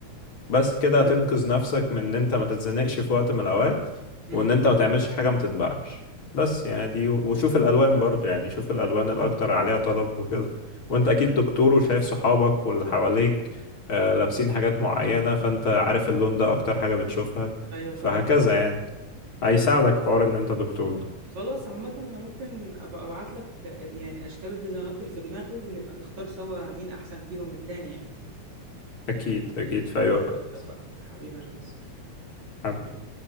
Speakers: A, on the left; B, on the right.
A: بس كده
B: تمام
A: هتنقذ نفسك من ان انت ما تتزنقش في وقت من الاوقات
B: امم
A: وان انت ما تعملش حاجة ما تتباعش بس يعني دي وشوف الالوان برضو يعني شوف الالوان الاكتر عليها طلب وكده وانت اكيد دكتور وشايف صحابك واللي حواليك آه، لابسين حاجات معينة فانت عارف اللون ده اكتر حاجة بتشوفها
B: ايوه
A: فهكذا
B: فاهمك
A: يعني هيساعدك حوار ان انت دكتور ده
B: خلاص عامه انا ممكن ابقى ابعت لك آه، يعني اشكال الديزاينات اللي في دماغي ونبقى نختار سوا مين احسن فيهم التاني يعني
A: اكيد اكيد
B: خلاص،
A: في اي وقت
B: اتفقنا حبيبي يا جيمس
A: حبيبي